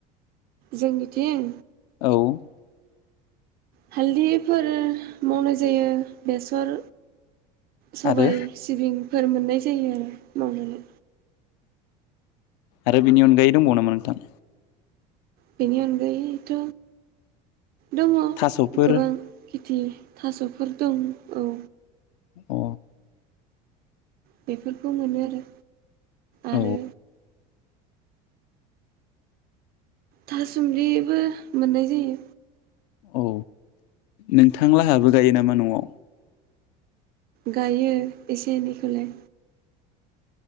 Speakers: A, on the right; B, on the left.
A: जोंनिथिं
B: औ
A: हालदैफोर मावनाय जायो बेसर सबाय
B: आरो
A: सिबिंफोर मोननाय जायो आरो मावनानै
B: आरो बिनि अनगायै दंबावनोामा नोंथां
A: बिनि अनगायोथ दंङ
B: थास'फोर
A: गोबां खेथि थासफोर दं औ
B: अ
A: बेफोरखौ मोनो आरो आरो
B: औ
A: थासुमलिबो मोननाय जायो
B: औ नोंथांलाहाबो गायो नामा नआव
A: गायो एसे एनैखौलाय